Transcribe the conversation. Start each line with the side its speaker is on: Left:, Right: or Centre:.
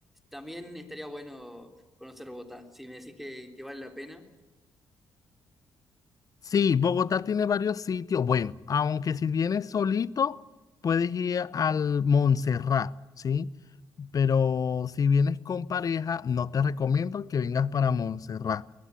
Centre: también estaría bueno conocer Bogotá, si me decís que, que vale la pena.
Left: Sí, Bogotá tiene varios sitios. Bueno, aunque si vienes solito, puedes ir al Montserrat, ¿sí? Pero si vienes con pareja, no te recomiendo que vengas para Montserrat.